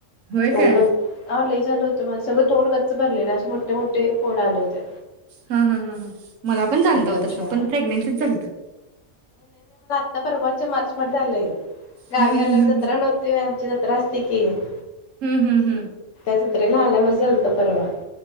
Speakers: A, on the right; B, on the left.
A: होय
B: एवढ
A: काय
B: हाले झाल होत माझ सगळं तोंड गच्च भरलेल असे मोठे मोठे फोड आले होते.
A: ह्म्म ह्म्म मला पण झालत
B: बेकार
A: तस
B: उष्णता
A: हो पण प्रेग्नेन्सीत झालत.
B: आता परवाच्या मार्च मध्ये आलंय. गावी
A: हम्म
B: आल्यावर
A: हम्म हम्म
B: जर नव्हते आमची राश शिखिये <inaudible>
A: हम्म हम्म हम्म
B: तिसरीला आल्यावर गेलतो परवा